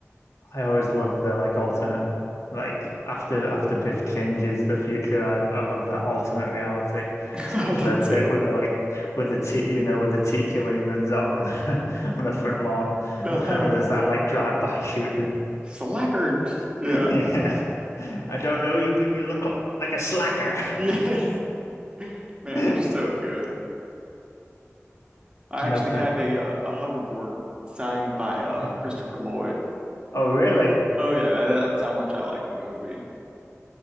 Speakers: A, on the left (about 75°); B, on the right (about 20°).
A: I always love the like alternate, like after after Biff changes the future. I I love that alternate reality,
B: <laughs>
A: especially
B: I do too.
A: the bit with the like with the te you know with the teacher when he runs out on the <laughs> on the front lawn
B: Uh-huh.
A: and <laughs> then there's that like drive-by shooting.
B: Slackers. Yeah.
A: <laughs> Yeah, I don't know you, but you look like a slacker.
B: Yeah. <laughs>
A: <laughs>
B: Man,
A: I
B: they're so good. I actually
A: love
B: have
A: that.
B: a uh, a hoverboard signed by um
A: Oh,
B: Christopher Lloyd
A: oh, really?
B: Oh yeah, that, that's how much I like the movie.